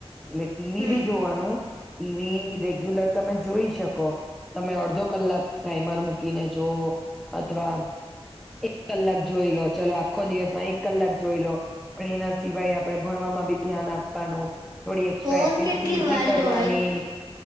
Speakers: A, in the centre; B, on the right.
A: એટલે ટીવી
B: હમ
A: બી જોવાનું ટીવી રેગ્યુલર તમે જોઈ શકો તમે અડધો કલાક ટાઈમર મૂકીને જઓ અથવા એક કલાક જોઈ લો ચલો આખો દિવસમાં એક કલાક જોઈ લો પણ એના સિવાય આપણે ભણવામાં બી ધ્યાન આપવાનું થોડી એક્સ્ટ્રા
B: ફોન
A: એક્ટિવિટીઝ
B: કેટલી વર
A: બી કરવાની
B: જોવાય